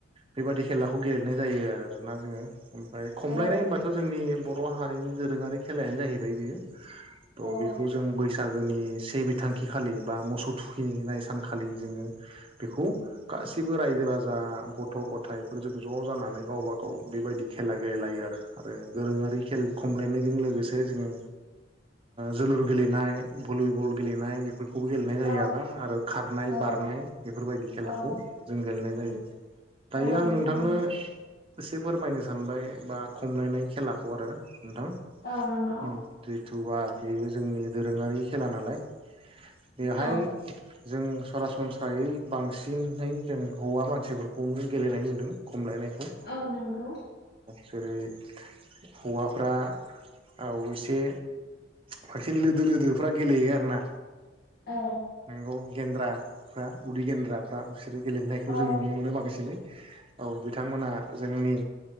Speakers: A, on the right; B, on the left.
A: बेबादि खेलाखौ गेलेनाय जायो आर आरो ना जोङो फाय खमलायनाय
B: औ
A: होनबाथ जोंनि बर' हारिनि दोरोङारि खेलायानो जाहैबाय बियो। त
B: औ
A: बेखौ जों बैसाग जनि से बिथांखि खालि बा मोसौ थुखिनिनाय सानखालि जोङो बेखौ गासिबो रायजो राजा गथ गथायाइफोरजों ज जानानै गावबा औ बेबायदि खेला गेलेलायो आरो दोरोङारि खेल खमलायनायजों लोगोसे जोङो जोलुर गेलेनाय भलिबल गेलेनाय बेफोरखौबो गेलेनाय
B: औ
A: जायो आरोना आरो खारनाय
B: औ
A: बारनाय बेफोरबायदि खेलाखौ
B: औ
A: जों गेलेनाय
B: औ
A: जायो दायो
B: औ नंगौ
A: आं नोंथांनो
B: नंगौ
A: एसे फोरमायनो सानबाय बा खमलायनाय खेलाखौ आरो नोंथां
B: औ नंगौ
A: दे थुवा बेयो जोंनि दोरोंङारि खेला नालाय बेवहाय
B: औ
A: जों सरासनस्रायै बांसिनै जों हौवा मानसिफोरखौनो गेलेनाय नुदों खमलायनाय हो
B: औ नंगौ
A: जेरै हौवाफ्रा औ एसे बांसिन लोदो लोदोफ्रा गेलेयो आरोना?
B: औ
A: नोंगौ गेन्द्राफ्रा उदै गेन्द्राफ्रा बिसोर गेलेनायखौ
B: औ
A: जों नुनो मोनो बांसिनै औ बिथांमोना जोंनि